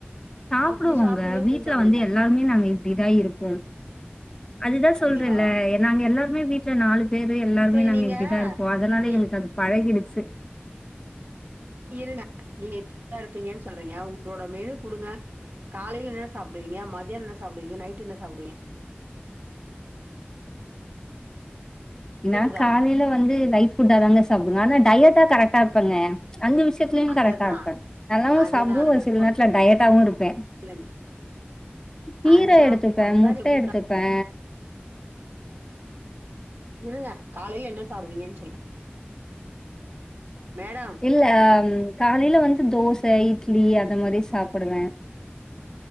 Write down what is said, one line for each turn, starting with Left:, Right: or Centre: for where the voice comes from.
Left: சாப்டுவோங்க
Right: அப்டி சாப்ட்டுமே
Left: வீட்ல
Right: குண்டாவலயா
Left: வந்து எல்லாருமே நாங்க இப்டிதா இருப்போ அதுதா
Right: அப்டியா
Left: சொல்றேல்ல நாங்க எல்லாருமே வீட்ல நாலு பேரு எல்லாருமே
Right: சரி
Left: நாங்க
Right: நீங்க
Left: இப்டிதா இருப்போ அதனால
Right: நீ
Left: எங்களுக்கு அது பழகிடுச்சு
Right: இருங்க நீங்க இப்டிதா இருப்பீங்கன் சொல்றீங்க உங்களோட மெனு குடுங்க காலைல என்ன சாப்டுவீங்க மத்யான என்ன சாப்டுவீங்க நைட்டு என்ன சாப்டுவீங்க கேக்குதா
Left: நா காலைல வந்து லைட் ஃபுட்டா தாங்க சாப்டுங்க ஆனா டயட்டா கரெக்டா இருப்பங்க அந்த விஷ்யத் த்துலயு
Right: அததா
Left: கரெக்டா இருப்பே நல்லாவு
Right: அதுதா
Left: சாப்டு
Right: அதா
Left: ஒரு சில நேரத்ல டயட்டாவு இருப்பே
Right: சொல்லுங்க
Left: கீர
Right: அதுதா
Left: எடுத்துப்பே
Right: அதுதா
Left: முட்ட
Right: நீ குண்டா
Left: எடுத்துப்பே
Right: இருங்க காலைல என்ன சாப்டுவீங்கன் சொல்லுங்க மேடம்
Left: இல்ல காலைல வந்து தோச இட்லி அத மாரி சாப்புடுவே